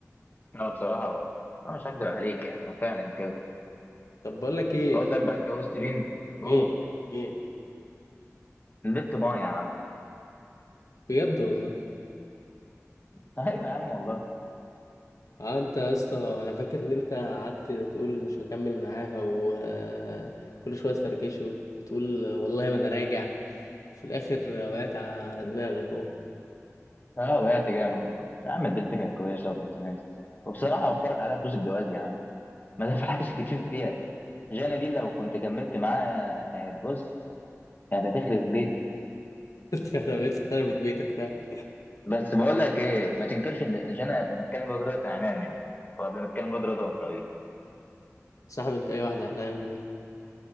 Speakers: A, on the left; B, on the left.
A: لا بصراحه انا مش هكدب عليك يعني هو فعلا كده
B: طب بقول لك ايه
A: اقول لك بقى اتجوزت مين اوه
B: مين مين
A: البت ما يا عم
B: بجد والله
A: <laughs> ايوه يا عم والله
B: اه انت يا اسطى انا فاكر ان انت قعدت تقول مش هكمل معاها وكل شويه تفركشه وتقول والله ما انا راجع في الاخر وقعت على دماغك اهو
A: اه وقعت جامد والله يا عم البنت كانت كويسه وبنت ناس وبصراحه وفرت عليها فلوس الجواز يا عم ما دفعتش <laughs> كتير فيها جانا دي لو كنت كملت معاها كانت بص كانت هتخرب بيتي
B: <laughs> خربت خربت بيتك فعلا
A: بس بقول لك ايه ما تنكرش ان جانا قبل ما اتكلم الواد ده كان عينيها مني وقبل ما اتكلم الواد رضا وابراهيم
B: صاحب انت اي واحده هنعمل منها